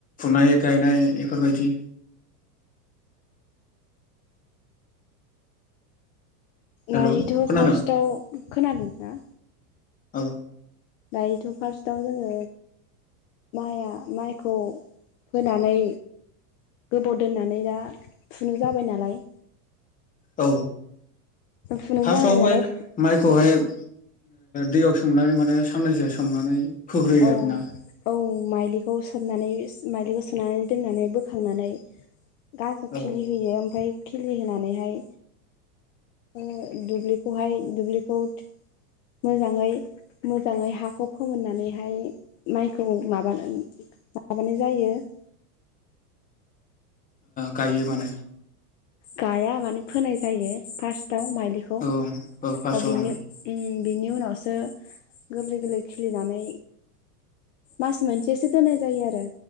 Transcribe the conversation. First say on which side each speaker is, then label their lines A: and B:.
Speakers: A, on the left; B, on the left.
A: माइ गायनाय इफोरबायदि हेल'
B: नायोथ'
A: खोनादों
B: फार्स्टआव खोनादों ना
A: औ
B: दायोथ' फार्स्टआव जोङो माइआ माइखौ फोनानै गोबाव दोननानै दा फुनो जाबाय नालाय
A: औ
B: फुनो
A: फार्स्टआवहाय
B: जाबाय नालाय
A: माइखौहाय ओ दैयाव सोमनानै माने साननैसो सोमनानै फोग्रोयो
B: औ
A: आरो ना
B: औ माइलिखौ सोमनानै माइलिखौ सुनानै दोननानै बोखांनानै गाजा
A: औ
B: खिलि
A: ओ
B: होयो ओमफाय खिलि होनानैहाय ओ दुब्लिखौहाय दुब्लिखौ मोजाङै-मोजाङै हाखौ फोमोननानै हाय माइखौ माबानानै माबानाय जायो <inaudible>
A: गायो माने
B: गाया माने फोनाय जायो फार्स्टआव माइलिखौ
A: औ औ फार्स्टआव
B: अ बिनि
A: ओं
B: बिनि उनावसो गोरलै गोरलै खिलिनानै मास मोनसेसो दोननाय जायो आरो